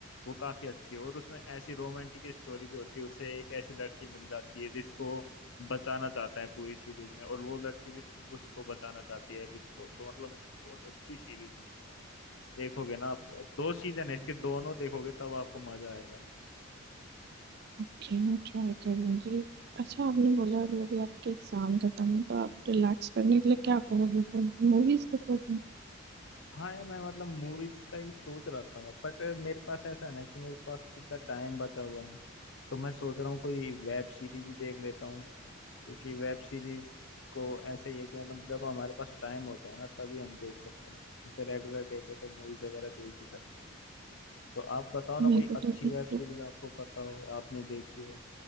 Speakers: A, on the left; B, on the right.
A: वो काफी अच्छी है और उसमें ऐसी रोमांटिक स्टोरी भी होती है उसे एक ऐसी लड़की मिल जाती है जिसको बचाना चाहता है पूरी सीरीज में और वो लड़की भी उसको बचाना चाहती है एलिस को तो मतलब बहुत अच्छी सीरीज है देखोगे ना आप दो सीजन है इसके दोनों देखोगे तब आपको मजा आएगा
B: ओके मैं ट्राई करूंगी अच्छा आपने बोला अभी अभी आपके एग्जाम खत्म है तो आप रिलैक्स करने के लिए क्या करोगे मूवीज देखोगे
A: हाँ यार मैं मतलब मूवीज का ही सोच रहा था बट मेरे पास ऐसा है ना कि मेरे पास इतना टाइम बचा हुआ है तो मैं सोच रहा हूँ कोई वेब सीरीज ही देख लेता हूँ क्योंकि वेब सीरीज को ऐसे ही है कि मतलब जब हमारे पास टाइम होता है ना तभी हम देख सकते हैं जैसे रेगुलर डे पे तो मूवीज वगैरह देख ही सकते हैं तो आप बताओ ना
B: मेरे
A: कोई
B: को
A: अच्छी
B: तो
A: वेब
B: एक
A: सीरीज
B: तो
A: आपको पता हो आपने देखी हो